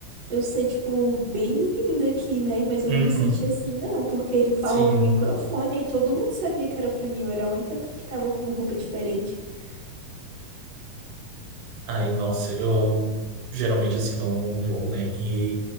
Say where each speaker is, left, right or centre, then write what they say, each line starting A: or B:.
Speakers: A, on the right; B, on the right.
A: eu ser, tipo, bem-vinda aqui, né? Mas eu
B: Uhum,
A: não me senti assim, não, porque ele falou
B: sim.
A: no microfone e todo mundo sabia que era pra mim, eu era a única t- que tava com uma roupa diferente. <laughs>
B: Ai, nossa, eu geralmente assim não vou, né? E